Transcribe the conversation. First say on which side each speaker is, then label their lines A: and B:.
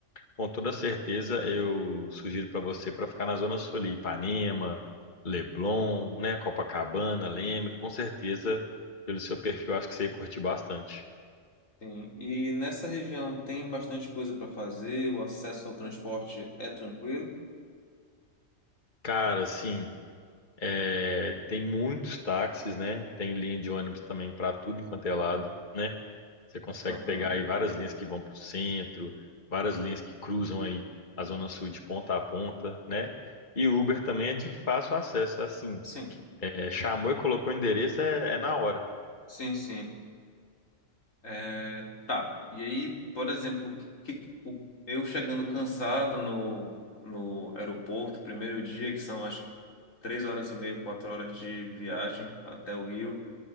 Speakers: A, on the left; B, on the left.
A: com toda certeza, eu sugiro para você para ficar na Zona Sul ali, Ipanema, Leblon, né, Copacabana, Leme, com certeza, pelo seu perfil, acho que você ia curtir bastante.
B: Sim, e nessa região tem bastante coisa para fazer, o acesso ao transporte é tranquilo?
A: Cara, assim, é, tem muitos táxis, né? Tem linha de ônibus também para tudo enquanto é lado, né? Você consegue
B: Aham,
A: pegar aí várias linhas que vão para o centro, várias linhas que cruzam aí a Zona Sul de ponta a ponta, né? E Uber também é de fácil acesso, assim.
B: Sim,
A: É, chamou e colocou o endereço, é é na hora.
B: sim, sim. É, tá, e aí, por exemplo, o que- o- eu chegando cansado no, no aeroporto, primeiro dia, que são acho que três horas e meia, quatro horas de viagem até o Rio,